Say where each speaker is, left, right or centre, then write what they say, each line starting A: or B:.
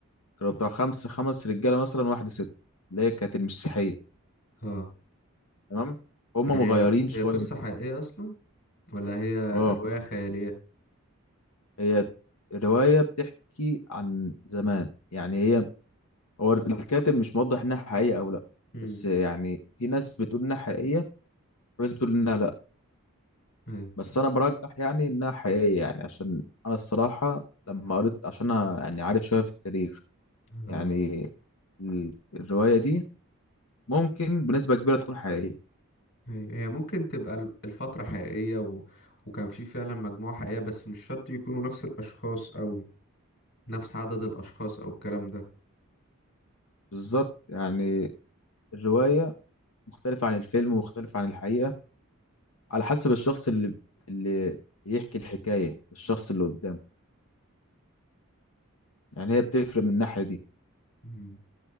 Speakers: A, on the left; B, on the left.
A: كانوا بتوع خمسة خمس رجالة مثلا واحدة ست اللي هي كانت المسيحية
B: اه
A: تمام هما
B: يعني
A: مغيرين
B: هي
A: شوية
B: هي قصه حقيقيه اصلا ولا هي
A: اه
B: روايه خياليه
A: هي الرواية بتحكي عن زمان يعني هي هو الكاتب مش موضح إنها حقيقية أو لأ
B: امم
A: بس يعني في ناس بتقول إنها حقيقية وناس بتقول إنها لأ
B: ايوه
A: بس انا برجح يعني انها حقيقيه يعني عشان انا الصراحه لما قريت عشان انا يعني عارف شويه في التاريخ
B: اه
A: يعني ال- الروايه دي ممكن بنسبه كبيره تكون حقيقيه
B: ايوه هي ممكن تبقى ال- الفترة حقيقية و... وكان في فعلا مجموعة حقيقية بس مش شرط يكونوا نفس الأشخاص أو نفس عدد الأشخاص أو الكلام ده
A: بالظبط يعني الروايه مختلفه عن الفيلم ومختلفه عن الحقيقه على حسب الشخص اللي اللي بيحكي الحكايه الشخص اللي قدامه يعني هي بتفرق من الناحيه دي
B: مم.